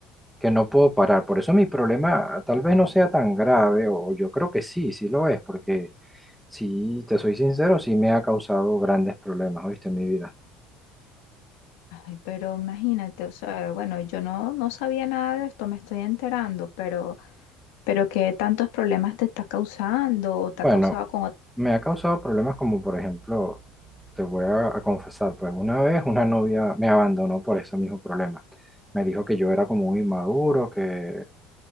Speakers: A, in the centre; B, on the left (about 85°).
A: que no puedo parar. Por eso mi problema tal vez no sea tan grave, o yo creo que sí, sí lo es, porque si te soy sincero, sí me ha causado grandes problemas, ¿oíste? En mi vida.
B: Ay, pero imagínate, o sea, bueno, yo no, no sabía nada de esto, me estoy enterando, pero, pero qué tantos problemas te está causando o te
A: Bueno,
B: ha causado con... ot-
A: me ha causado problemas como por ejemplo, te voy a, a confesar, pues una vez una novia me abandonó por ese mismo problema. Me dijo que yo era como un inmaduro, que,